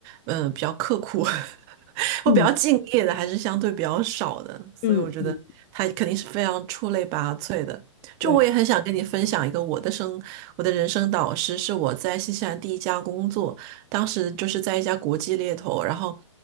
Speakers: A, on the right; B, on the left.
A: 呃，比较刻苦 <laughs> 或比较敬业的，
B: 嗯
A: 还是相对比较少的。所以我觉得他肯定是非常出类拔萃的。
B: 嗯。嗯。
A: 就我也很想跟你分享一个我的生，
B: 对。
A: 我的人生导师是我在新西兰第一家工作，当时就是在一家国际猎头，然后，